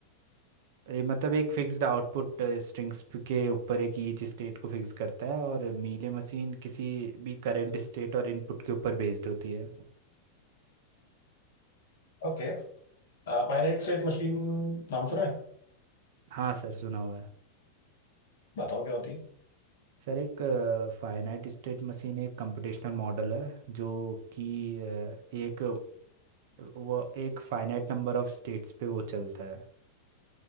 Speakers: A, on the right (about 50°); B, on the left (about 60°).
A: ये मतलब एक फिक्स्ड आउटपुट स्ट्रिंग्स के ऊपर एक ईच स्टेट को फिक्स करता है और मीले मशीन किसी भी करंट स्टेट और इनपुट के ऊपर बेस्ड होती है
B: ओके फाइनाइट स्टेट मशीन नाम सुना है
A: हाँ सर सुना हुआ है
B: बताओ क्या होती है
A: सर एक फाइनाइट स्टेट मशीन एक कंप्यूटेशनल मॉडल है जो कि अ, एक वो एक फाइनाइट नंबर ऑफ स्टेट्स पे वो चलता है